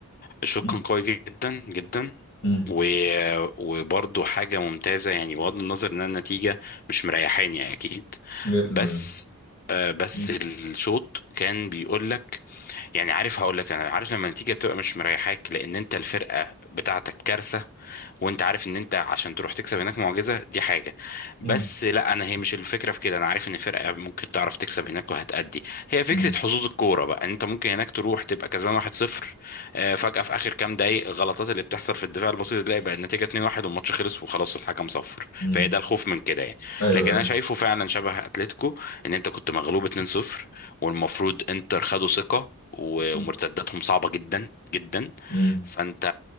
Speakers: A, on the left; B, on the left.
A: الشوط
B: أمم،
A: كان قوي جدا جدا
B: أمم،
A: و... وبرضه حاجه ممتازه يعني بغض النظر ان النتيجه مش مريحاني اكيد
B: 100%
A: بس آه بس
B: أمم،
A: الشوط كان بيقول لك يعني عارف هقول لك انا عارف لما النتيجه تبقى مش مريحاك لان انت الفرقه بتاعتك كارثه وانت عارف ان انت عشان تروح تكسب هناك معجزه دي حاجه بس
B: أمم،
A: لا انا هي مش الفكره في كده انا عارف ان فرقه ممكن تعرف تكسب هناك وهتأدي هي فكره
B: أمم،
A: حظوظ الكوره بقى ان انت ممكن هناك تروح تبقى كسبان 1-0 آه، فجاه في اخر كام دقايق غلطات اللي بتحصل في الدفاع البسيط تلاقي بقى النتيجه 2-1 والماتش خلص وخلاص الحكم صفر
B: أمم.
A: فهي ده الخوف من كده يعني
B: ايوه
A: لكن
B: ايوه
A: انا شايفه فعلا شبه اتلتيكو ان انت كنت مغلوب 2-0 والمفروض انتر خدوا ثقه و-
B: أمم،
A: ومرتداتهم صعبه جدا جدا
B: أمم.
A: فانت